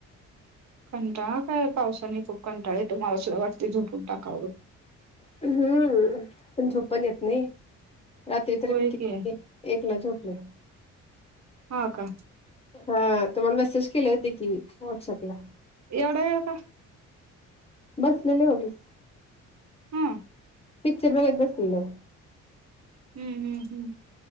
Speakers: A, on the right; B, on the left.
A: कंटाळा काय पावसाने खूप कंटाळ येतो मावशीला वाटते झोपून टाकावं.
B: हम्म पण झोप पण येत नाही रात्री तर
A: होय
B: मी किती
A: की
B: एक ला झोपले
A: हा का?
B: हा तुम्हाला मेसेज केले होते की व्हॉट्सअपला.
A: एवढा वेळ का?
B: बसलेले उगीच
A: हु.
B: पिक्चर बघत बसलेलो.
A: हम्म हम्म हम्म.